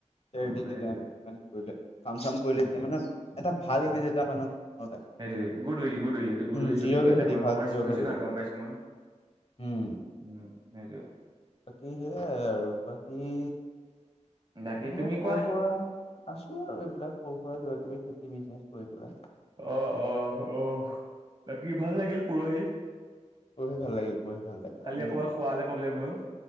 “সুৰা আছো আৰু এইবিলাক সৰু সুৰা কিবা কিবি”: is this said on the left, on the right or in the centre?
Left